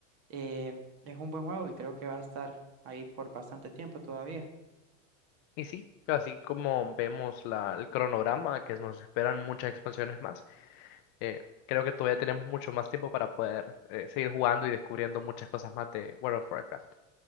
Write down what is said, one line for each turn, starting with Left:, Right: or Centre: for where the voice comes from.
Right: eh, es un buen juego y creo que va a estar ahí por bastante tiempo todavía.
Left: Y sí, así como vemos la, el cronograma, que nos esperan muchas expansiones más, eh, creo que todavía tenemos mucho más tiempo para poder eh, seguir jugando y descubriendo muchas cosas más de World of Warcraft.